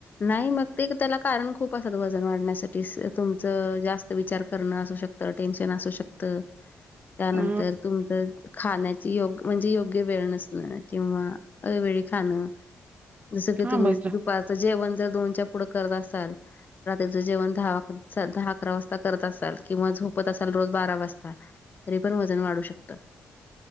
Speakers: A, on the left (about 40°); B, on the right (about 30°).
A: नाही मग, ते त्याला कारण खूप असतात, वजन वाढण्यासाठी, तुमचं जास्त विचार करणं असू शकतं, टेन्शन असू शकतं. त्यानंतर
B: अ
A: तुमचं खाण्याची योग, म्हणजे योग्य वेळ नसणं, किंवा अवेळी खाणं. जसं कि
B: हा
A: तुम्ही,
B: मजा
A: दुपारचं जेवण, जर दोनच्या पुढं करत असाल रात्रीचं जेवण दहा अक, दहा अकरा वाजता करत असाल, किंवा झोपत असाल, रोज बारा वाजता. तरी पण, वजन वाढू शकतं.